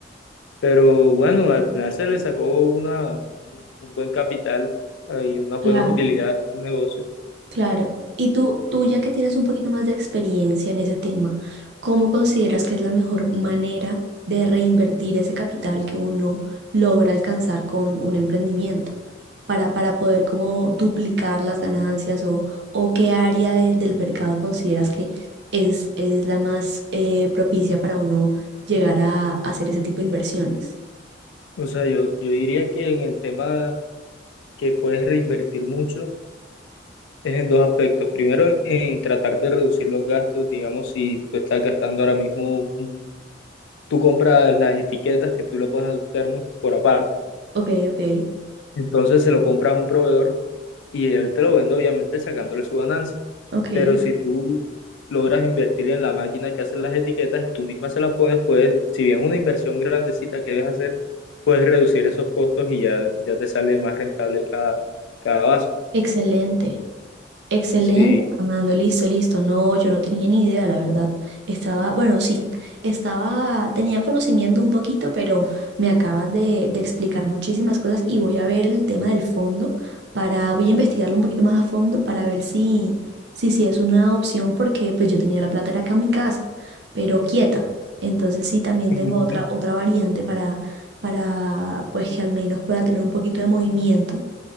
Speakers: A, on the left; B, on the right.
A: pero bueno, al final se le sacó una, un un buen capital eh, y unas
B: claro,
A: buenas utilidades a este negocio.
B: claro. Y tú, tú ya que tienes un poquito más de experiencia en ese tema, ¿cómo consideras que es la mejor manera de reinvertir ese capital que uno logra alcanzar con un emprendimiento para, para poder como duplicar las ganancias o, o qué área de- del mercado consideras que es, es la más eh, propicia para uno llegar a hacer ese tipo de inversiones?
A: O sea, yo, yo diría que en el tema que puedes reinvertir mucho Es en dos aspectos. Primero, en tratar de reducir los gastos. Digamos, si tú estás gastando ahora mismo, mm, tú compras las etiquetas que tú le pones a tus termos por aparte.
B: Ok, ok,
A: Entonces se lo compras a un proveedor y él te lo vende, obviamente, sacándole su ganancia.
B: ok.
A: Pero si tú logras invertir en la máquina que hace las etiquetas y tú misma se las pones, puedes, si bien es una inversión grandecita que debes hacer, puedes reducir esos costos y ya, ya te sale más rentable cada, cada vaso.
B: Excelente. Excelente,
A: Sí.
B: Fernando. Listo, listo. No, yo no tenía ni idea, la verdad. Estaba, bueno, sí, estaba, tenía conocimiento un poquito, pero me acabas de, de explicar muchísimas cosas y voy a ver el tema del fondo para, voy a investigarlo un poquito más a fondo para ver si, si, si es una opción, porque pues yo tenía la plata era acá en mi casa, pero quieta. Entonces sí, también
A: Ujú.
B: tengo otra, otra variante para, para, pues que al menos pueda tener un poquito de movimiento.